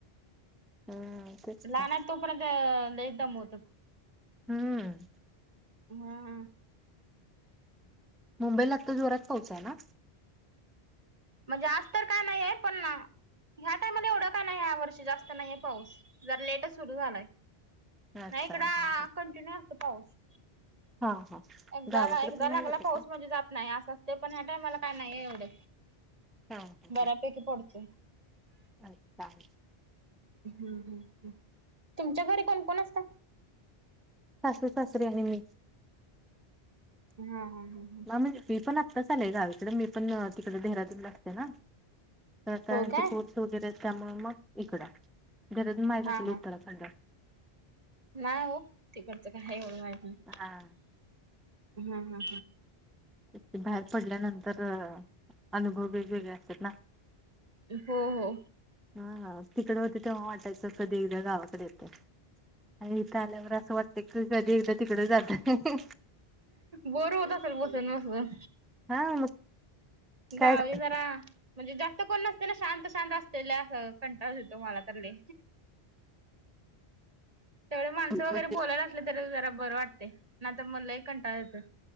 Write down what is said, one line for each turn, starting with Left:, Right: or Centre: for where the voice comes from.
Centre: हम्म. तेच
Right: लहना
Centre: की.
Right: आहेत तोपर्यंत लय दमवतात.
Centre: हम्म.
Right: <unintelligible>
Centre: मुंबईला आता जोरात पाऊस आहेना.
Right: म्हणजे आज तर काय नाही आहे पण ह्या टायमाला एवढं काय नाही, ह्या वर्षी जास्त नाहीये पाऊस, जरा लेटच सुरू झालाय.
Centre: अच्छा
Right: नाही इकडं
Centre: हा.
Right: कंटिन्यू असतो पाऊस.
Centre: हा हा
Right: एकदा,
Centre: गावाकडे
Right: एकदा
Centre: पण नाही
Right: लागला
Centre: येत
Right: पाऊस
Centre: का
Right: म्हणजे जात नाही. असं अस ते पण, ह्या टायमाला काय नाही एवढं.
Centre: हां हां
Right: बऱ्यापैकी पडतोय.
Centre: हां <unintelligible>
Right: हम हम हम. तुमच्या घरी कोण कोण असतं.
Centre: सासू, सासरे आणि मी.
Right: हा. हा. हा..
Centre: म म्हणजे मी पण आत्ताच आले गावीकडे, मी पण तिकडे देहरादून ला असते ना. सासर्‍यांचा
Right: हो काय
Centre: पोट सुजलाय त्यामुळं मग इकडाय, देहरादून माहित
Right: हा
Centre: असेल
Right: हा.
Centre: उत्तराखंड.
Right: नाही तिकडचं काय एवढं माहित नाही.
Centre: हा
Right: हा‌. हा.
Centre: एकटी बाहेर पडल्यानंतर, अनुभव वेगवेगळे असत्यात ना.
Right: हो हो.
Centre: हा हा, तिकडे होते तेव्हा वाटायचं, कधी एकदा गावाकडे येते. अरे इथं आल्यावर असं वाटतं की, कधी एकदा तिकडं जाते.
Right: बोर होतं असेल बसून बसून.
Centre: हा. काय
Right: गावी
Centre: झालं
Right: जरा. म्हणजे जास्त कोण नसते ना, शांत शांत असते लय, कंटाळाच येतो मला तर लय. <inaudible> तेवढे माणसं वगैरे
Centre: म्हणजे
Right: बोलायला असले तरी, जरा बरं वाटतंय, नाहीतर मग लय कंटाळा येतोय.